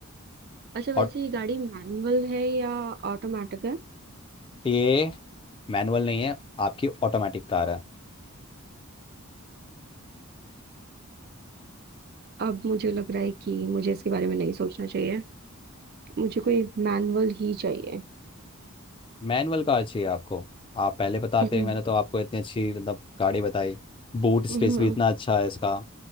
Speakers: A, on the right; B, on the left.
A: अच्छा
B: और
A: वैसे ये गाड़ी मैनुअल है या ऑटोमेटिक है
B: ये मैनुअल नहीं है आपकी ऑटोमेटिक कार है
A: अब मुझे लग रहा है कि मुझे इसके बारे में नहीं सोचना चाहिए मुझे कोई मैनुअल ही चाहिए
B: मैनुअल कार चाहिए आपको आप पहले बताते
A: हम्म,
B: मैंने तो आपको इतनी अच्छी मतलब गाड़ी बताई बूट स्पेस
A: हम्म,
B: भी
A: अ,
B: इतना अच्छा है इसका